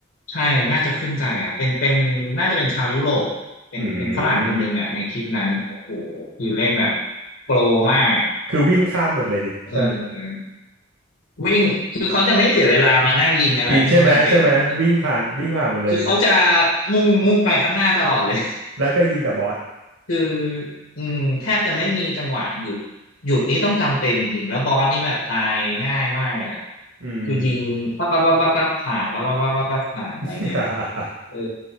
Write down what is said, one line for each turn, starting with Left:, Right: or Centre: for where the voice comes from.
Left: ใช่น่าจะขึ้นใจอ่ะเป็นเป็นน่าจะเป็นชาวยุโรปเป็นเป็นฝรั่งคนหนึ่งอ่ะในคลิปนั้นโอ้โหคือเล่นแบบ
Right: อืม
Left: โปรมาก
Right: คือวิ่งข้ามหมดเลยดิใช่ไหม
Left: เออวิ่งคือเขาจะไม่เสียเวลามานั่งยิงอะไรที่ไม่จำเป็นอ่ะคือ
Right: ยิงใช่ไหมใช่ไหมวิ่งผ่านวิ่งผ่านหมดเลย
Left: คือเขาจะมุ่งมุ่งไปข้างหน้าตลอดเลย
Right: แล้วก็ยิงแต่บอส
Left: <laughs> คืออืมแทบจะไม่มีจังหวะหยุดหยุดนี้ต้องจำเป็นจริงๆแล้วบอสนี่แบบตายง่ายมากเลยครับ
Right: อืม
Left: คือยิงปั๊บปั๊บปั๊บปั๊บปั๊บผ่านปั๊บปั๊บปั๊บปั๊บปั๊บผ่านอะไรเงี้ย
Right: <laughs>
Left: เออ